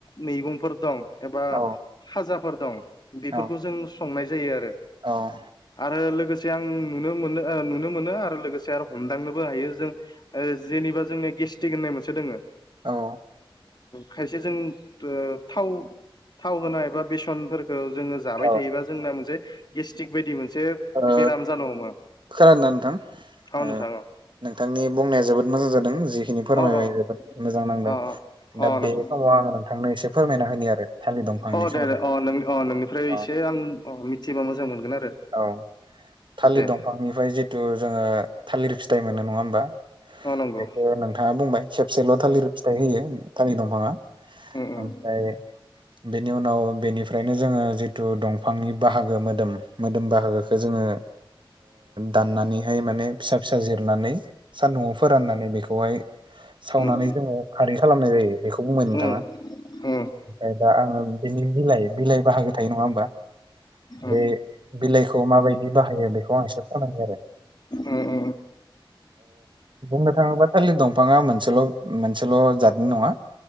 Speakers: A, on the left; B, on the right.
A: मैगंफोर दं एबा
B: औ
A: फाजाफोर दं बेफोरखौ
B: औ
A: जों संनाय जायो आरो
B: औ
A: आरो लोगोसे आं नुनो मोनो नुनो मोनो आरो लोगोसे आरो हमदांनोबो हायो जों जेनेबा जोंनिया गेस्टिक होननाय मोनसे दोंङो
B: औ
A: खायसे जों थाव थाव होनाय एबा बेसनफोरखौ जोङो जाबाय
B: औ
A: थायोबा जोंना मोनसे गेस्टिक बायदि मोनसे
B: ओ
A: बेराम जानो हमो
B: खोनादोंना नोंथां
A: अ
B: ओ
A: नोंथां अ
B: नोंथांनि बुंनाया जोबोद मोजां जादों जिखिनि
A: औ
B: फोरमायबाय
A: अ अ
B: जोबोद मोजां नांदों
A: अ अ
B: दा
A: नोंथां
B: बे समाव आङो नोंथांनो एसे फोरमायना होनि आरो थालिद दंफांनि
A: अ दे
B: सोमोन्दै
A: दे अ नों अ नोंनिफ्राय एसे
B: अ
A: आं अ मिथिबा मोजां मोनगोन आरो
B: औ थालिर
A: दे
B: दंफांनिफ्राय जिथु जोङो थालिर फिथाइ मोनो नङा होमबा
A: अ नंगौ
B: बेखौ नोंथाङा बुंबाय खेबसेल' थालिर फिथाइ होयो थालिर दंफाङा
A: उम उम
B: ओमफ्राय बेनि उनाव बेनिफ्रायनो जोङो जिथु दंफांनि बाहागो मोदोम मोदोम बाहागोखौ जोङो दाननानैहाय माने फिसा फिसा जिरनानै सान्दुंआव फोराननानै बेखौहाय सावनानै
A: उम
B: जोङो खारै खालामनाय जायो बेखौ बुंबाय नोंथाङा
A: उम उम
B: ओमफ्राय दा आङो बिनि बिलाइ बिलाइ बाहागो थायो नङा होमबा बे
A: उम
B: बिलाइखौ माबायदि बाहायो बेखौ आं एसे फोरमायनि आरो
A: उम उम
B: बुंनो थाङोबा थालिद दंफाङा मोनसेल' मोनसेल' जादनि नंङा